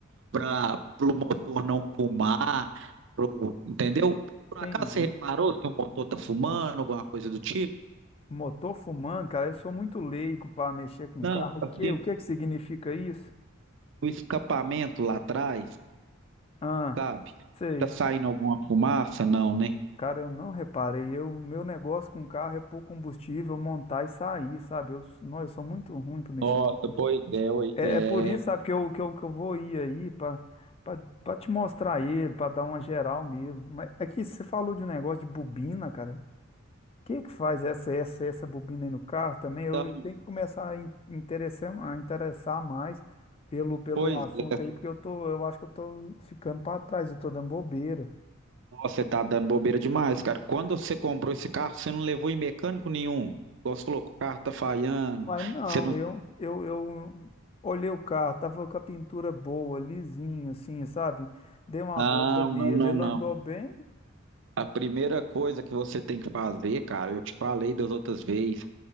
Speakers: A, on the right; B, on the left.
A: para o motor não fumar, pro- entendeu?
B: Entendi.
A: Por acaso você reparou se o motor tá fumando, alguma coisa do tipo?
B: Motor fumando, cara, eu sou muito leigo pra mexer com
A: Não,
B: carro. O
A: assim,
B: quê? O que que significa isso?
A: o escapamento lá atrás,
B: Ah,
A: sabe?
B: sei.
A: Tá saindo alguma fumaça? Não, né?
B: Cara, eu não reparei. Eu, meu negócio com carro é pôr combustível, montar e sair, sabe? Eu, não, eu sou muito ruim pra mexer
A: Nossa,
B: com isso.
A: pois é, oi,
B: É,
A: é.
B: é por isso, sabe, que eu, que eu, que eu vou ir aí pra pra- pra te mostrar ele, pra dar uma geral mesmo. Mas aqui você falou de um negócio de bobina, cara. O que que faz essa essa essa bobina aí no carro também? Eu,
A: Então,
B: eu tenho que começar a in- interessar, a interessar mais pelo, pelo
A: Pois
B: assunto
A: é.
B: aí, porque eu tô, eu acho que eu tô ficando pra trás, eu tô dando bobeira.
A: Nossa, você tá dando bobeira demais, cara. Quando você comprou esse carro, você não levou em mecânico nenhum. Igual Você falou que o carro tá falhando.
B: Uai, não,
A: Você não.
B: eu, eu, eu olhei o carro, tava com a pintura boa, lisinho, assim, sabe? Dei uma
A: Não,
B: volta nele,
A: não, não,
B: ele
A: não.
B: andou bem.
A: A primeira coisa que você tem que fazer, cara, eu te falei das outras vezes,